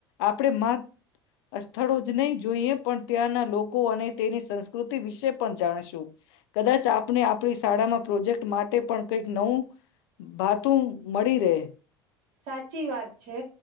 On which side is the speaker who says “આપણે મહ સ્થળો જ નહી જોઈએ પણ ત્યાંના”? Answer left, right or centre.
Left